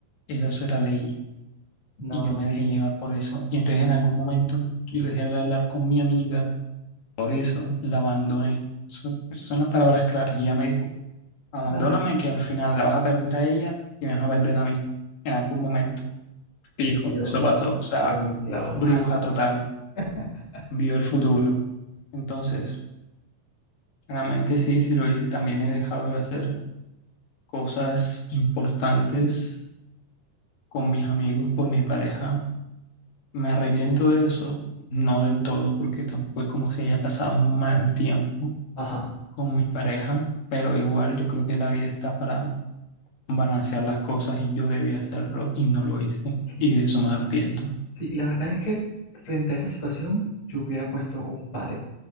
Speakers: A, on the left; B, on the left.
A: era- eso era ley.
B: No.
A: Y yo me dejé llevar por eso. Y entonces en algún momento yo dejé de hablar con mi amiga. Por eso la abandoné. Son, son las palabras claras. Y ella me dijo, Abandóname
B: Ay,
A: que al final la vas a perder a ella y me vas a perder a mí en algún momento. Fijo,
B: y dio,
A: eso pasó. O sea,
B: dio en el clavo.
A: bruja total,
B: <laughs>
A: vio el futuro. Entonces, realmente sí, sí lo hice. También he dejado de hacer cosas importantes con mis amigos por mi
B: Ok,
A: pareja. Me arrepiento de eso, no del todo, porque tampoco es como si haya pasado un mal tiempo
B: Ajá,
A: con mi pareja, pero igual yo creo que la vida está para balancear las cosas y yo debía hacerlo y no lo hice.
B: sí.
A: Y de eso me arrepiento.
B: Sí, la verdad es que frente a esa situación yo hubiera puesto un pare.